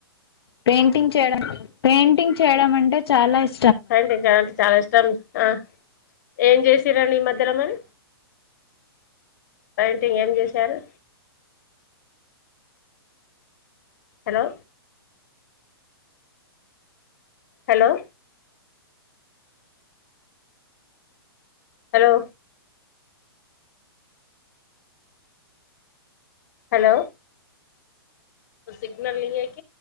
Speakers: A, on the left (about 75°); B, on the left (about 45°).
A: పెయింటింగ్ చేయడం పెయింటింగ్ చేయడం అంటే చాలా ఇష్ట
B: కాంకాాల అంటే చాలా ఇష్టం ఆ ఏం చేసారంండి ఈ మధ్యలో మరి పెయింటింగ్ ఏం చేశారు hello hello hello hello signal లేక